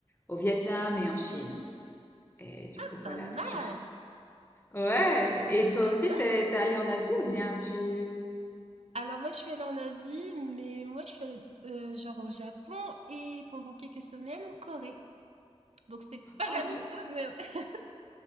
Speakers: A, on the left (about 20°); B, on the right (about 75°).
A: au Vietnam et en Chine. Et du
B: ah,
A: coup voilà,
B: pas mal!
A: donc j'ai. Ouais. Et toi aussi,
B: Ça,
A: t'es
B: c'est-
A: t'es allée en Asie ou bien tu?
B: Alors moi je suis allée en Asie, mais moi je suis allée euh, genre au Japon et pendant quelques semaines en Corée. Donc c'est pas
A: Oh,
B: la même chose, mais <laughs>